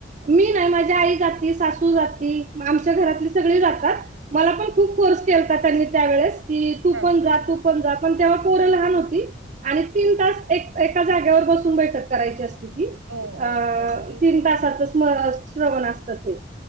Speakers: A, on the right (about 35°); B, on the right (about 90°).
A: मी नाही माझी आई जाते सासू जाते आमच्या घरातले सगळे जातात. मला पण खूप फोर्स केलता त्यांनी त्यावेळेस की तू
B: हा
A: पण जा तू. पण जा पण तेव्हा पोरं लहान होती. आणि तीन तास एक एका जागेवर बसून बैठक करायची असते ती.
B: हो
A: अ
B: हो बरोबर.
A: तीन तासाच स्मरण. जवळ असत ते